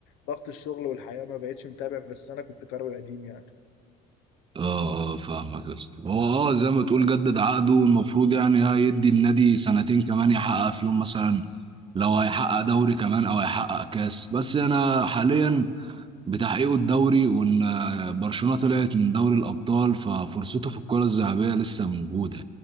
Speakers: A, on the left; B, on the right.
A: ضغط الشغل والحياه ما بقتش متابع بس انا كنت كروي قديم يعني
B: اه اه فاهمك يا اسطى هو اه زي ما تقول جدد عقده المفروض يعني هيدي النادي سنتين كمان يحقق فيهم مثلا لو هيحقق دوري كمان او هيحقق كاس بس انا حاليا بتحقيقه الدوري وان برشلونة طلعت من دوري الابطال ففرصته في الكرة الذهبية لسه موجودة